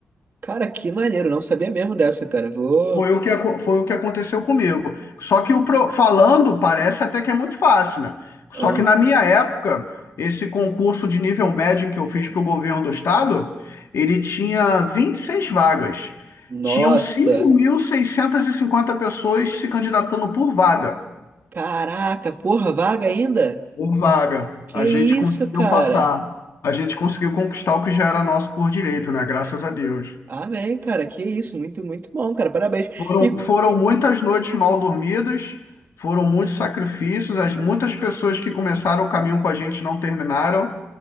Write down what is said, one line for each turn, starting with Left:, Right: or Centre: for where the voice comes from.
Right: Cara, que maneiro, não sabia mesmo dessa, cara. Vou.
Left: Foi o que, aco- foi o que aconteceu comigo. Só que o pro- falando parece até que é muito fácil, né?
Right: Ah,
Left: Só que na minha época, esse concurso de nível médio que eu fiz para o governo do estado, ele tinha 26 vagas.
Right: Nossa,
Left: Tinham cinco mil seiscentas e cinquenta pessoas se candidatando por vaga.
Right: caraca, porra, vaga ainda?
Left: Por vaga.
Right: Que
Left: A gente conseguiu
Right: isso, cara?
Left: passar. A gente conseguiu conquistar o que já era nosso por direito, né? Graças a Deus.
Right: Amém, cara, que isso, muito, muito bom, cara, parabéns.
Left: Foram,
Right: E
Left: foram muitas noites mal dormidas, foram muitos sacrifícios, as, muitas pessoas que começaram o caminho com a gente não terminaram,